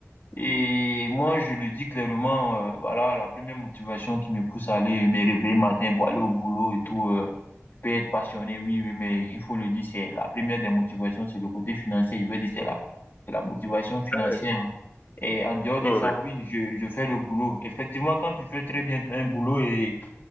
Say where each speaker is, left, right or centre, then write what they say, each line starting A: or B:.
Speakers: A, on the left; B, on the left.
A: Et moi, je le dis clairement, euh, voilà, la première motivation qui me pousse à aller me réveiller matin pour aller au boulot et tout, euh, je peux être passionné, oui, oui, mais <laughs> il faut le dire, c'est la première des motivations, c'est le côté financier. Je veux dire, c'est la, c'est la motivation financière.
B: Ah ouais.
A: hein. Et en dehors de
B: Oh,
A: ça,
B: oui.
A: oui, je, je fais le boulot. Effectivement, quand tu fais très bien un boulot et,